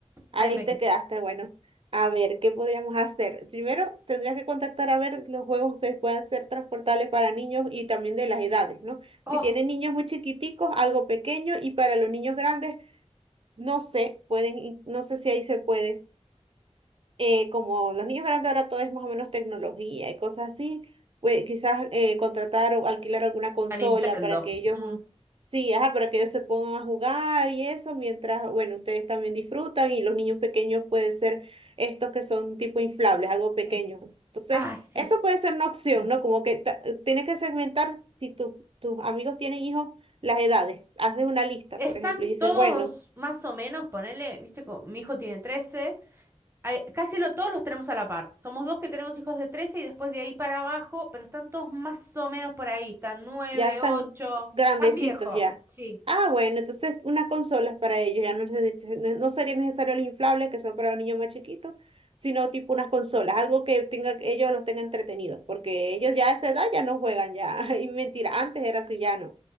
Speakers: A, on the right; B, on the right.
A: Ahí
B: ahí me
A: te
B: quedé.
A: quedaste, bueno. A ver, ¿qué podríamos hacer? Primero, tendrías que contactar a ver los juegos que puedan ser transportables para niños y también de las edades, ¿no?
B: Oh,
A: Si tienen niños muy chiquiticos, algo pequeño, y para los niños grandes, no sé, pueden, in- no sé si ahí se puede eh, como los niños grandes ahora todo es más o menos tecnología y cosas así, pues quizás eh, contratar o alquilar alguna consola
B: la Nintendo.
A: para que ellos,
B: Mm.
A: mm, sí, ajá, para que ellos se pongan a jugar y eso, mientras, bueno, ustedes también disfrutan y los niños pequeños pueden ser estos que son tipo inflables, algo pequeño.
B: Sí.
A: Entonces,
B: Ah, sí,
A: eso puede ser una opción,
B: sí.
A: ¿no? Como que ta- tienes que segmentar si tus tus amigos tienen hijos, las edades. Haces una lista,
B: Están
A: por ejemplo, y dices,
B: todos
A: bueno.
B: más o menos, ponele, viste, co- mi hijo tiene 13, ay, casi lo, todos los tenemos a la par. Somos dos que tenemos hijos de 13 y después de ahí para abajo, pero están todos más o menos por ahí, están 9,
A: Ya están
B: 8,
A: grandecitos
B: tan viejo.
A: ya.
B: Sí.
A: Ah, bueno, entonces unas consolas para ellos. Ya no, se- no sería necesario los inflables que son para los niños más chiquitos, sino tipo unas consolas, algo que tenga, ellos los tenga entretenidos, porque ellos ya a esa edad ya no juegan ya. <laughs> Y mentira,
B: Sí.
A: antes era así, ya no.